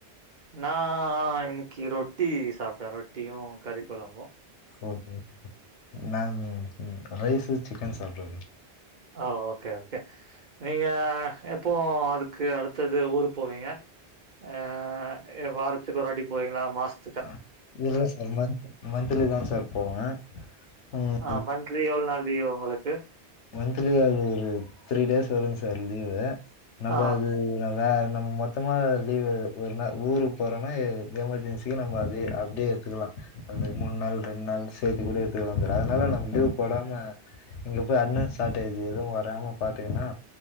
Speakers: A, on the right (about 50°); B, on the left (about 85°).
A: நா இன்னைக்கீ ரொட்டி சாப்ட்டே ரொட்டியு கறி கொழம்பு
B: ஓகே நானு ரைஸு சிக்கன் சாப்ட
A: ஆ ஓகே ஓகே நீங்க எப்போ அதுக்கு அடுத்தது ஊருக் போவீங்க ஏ ஏ வாரத்துக்கு ஒருவாட்டி போயீங்களா மாஸ்
B: அ இல்ல சார் மந் மந்த்லி தா சார் போவேன் உம்
A: ஆ மந்த்த்லி எவ்ளோ நாள் லீவு ஒங்களுக்கு
B: மந்த்த்லி அது ஒரு த்ரீ டேஸ் வருங்க சார் லீவு நம்ம
A: ஆ,
B: அது வேற நம் மொத் சுத்தமாக லீவு் ஒருனா ஊருக்கு போறோன்னா எமர்ஜென்சி நம்ம அது அப்படியே எடுத்துக்கலாம் அந்த மூணு நாள் ரெண்டு நாள் சேத்து கூட எடுத்துக்கல சார் அதனால நம் லீவ் போடாம இப்பவே அட்னான்ஸ் ஸ்டாட் ஆயிருது எதுவும் வராம பாத்தீங்கன்னா